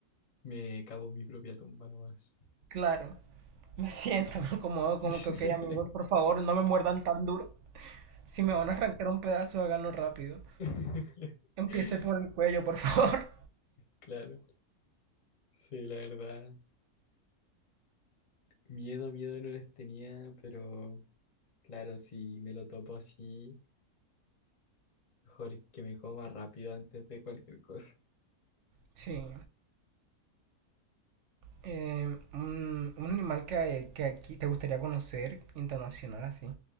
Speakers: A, on the left; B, on the right.
A: Me cavo mi propia tumba nomás.
B: Claro, me siento, me acomodo como
A: <laughs>
B: que, ok, amigos, por favor, no me muerdan tan duro. Si me van a arrancar un pedazo, háganlo rápido.
A: <laughs>
B: Empiece por el cuello, por <laughs> favor.
A: Claro. Sí, la verdad. Miedo, miedo no les tenía, pero claro, si me lo topo así, mejor que me coma rápido antes de cualquier cosa.
B: Sí. eh, un, un animal que, que aquí te gustaría conocer internacional así,